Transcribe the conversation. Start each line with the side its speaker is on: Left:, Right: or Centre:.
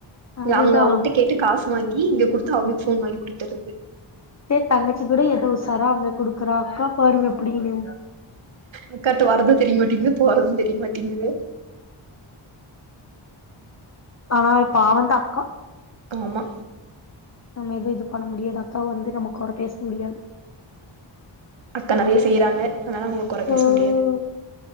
Left: அதுதா
Right: அங்க அவுங்கட்ட கேட்டு காசு வாங்கி இங்க குடுத்து அவளுக்கு ஃபோன் வாங்கி குடுத்தர்றது
Left: சே தங்கச்சி கூட எதோ உசாரா அவனுக் குடுக்குறா அக்கா பாருங்க அப்புடினு
Right: அக்காட்ட வர்றது தெரியமாட்டேக்குது போறது தெரியமாட்டிங்குது
Left: ஆ பாவந்தா அக்கா
Right: ஆமா
Left: நம்ம எதுவு இது பண்ண முடியாது அக்காவ வந்து நம்மக் கொற பேச முடியாது.
Right: அக்கா நெறைய செய்யுறாங்க அனால அவுங்கள கொற
Left: ம்
Right: பேச முடியாது